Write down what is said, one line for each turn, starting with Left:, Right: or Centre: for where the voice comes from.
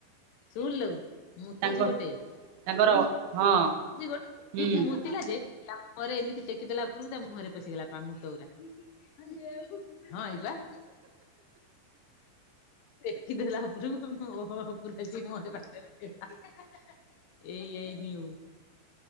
Left: ଶୁଣିଲୁ ମୁତୁଛି
Right: ତାଙ୍କ
Left: ଗୋଟେ
Right: ତାଙ୍କର ହଁ
Left: ମୁ ଗୋଟେ
Right: ହୁଁ।
Left: ମୁତିଲା ଯେ ତା ମୁହଁରେ ଏମିତି ଟେକିଦେଲା ଉପୂରକୁ ତା ମୁହଁରେ ପଶିଗଲା ପା ମୁତ ଉରା ହଁ ଏଇବା ଟେକିଦେଲା ଉପରକୁ ମୁହଁ ଉପର ଆଇଚି <inaudible> ଏଇ ଏଇ ନିଉ